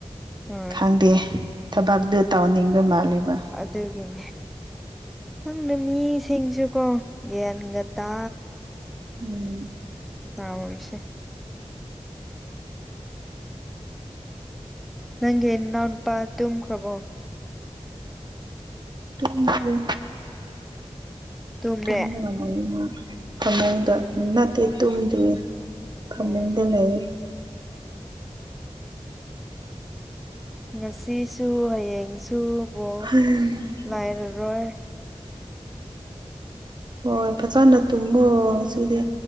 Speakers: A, in the centre; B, on the right (about 40°).
A: ꯍꯣꯏ
B: ꯈꯪꯗꯦ ꯊꯕꯥꯛꯇꯨ ꯇꯧꯅꯤꯡꯕ ꯃꯥꯂꯦꯕ
A: ꯑꯗꯨꯒꯤꯅꯦ ꯅꯪꯅ ꯃꯤꯁꯤꯡꯁꯨꯀꯣ ꯒ꯭ꯌꯥꯟꯒꯇꯥ
B: ꯎꯝ
A: ꯇꯧꯔꯤꯁꯦ ꯅꯪꯒꯤ ꯅꯅꯥꯎ ꯅꯨꯄꯥ ꯇꯨꯝꯈ꯭ꯔꯕꯣ
B: ꯇꯨꯝꯗ꯭ꯔꯤ
A: ꯇꯨꯝꯔꯦ
B: ꯇꯨꯝꯅꯕ ꯂꯩ ꯏꯃ ꯐꯃꯨꯡꯗ
A: ꯎꯝ
B: ꯅꯠꯇꯦ ꯇꯨꯝꯗ꯭ꯔꯤ ꯐꯃꯨꯡꯗ
A: ꯎꯝ
B: ꯂꯩꯌꯦ
A: ꯉꯁꯤꯁꯨ ꯍꯌꯦꯡꯁꯨ ꯕꯣꯜ
B: <unintelligible>
A: ꯂꯩꯔꯔꯣꯏ
B: ꯍꯣꯏ ꯐꯖꯅ ꯇꯨꯝꯃꯣ ꯉꯁꯤꯗꯤ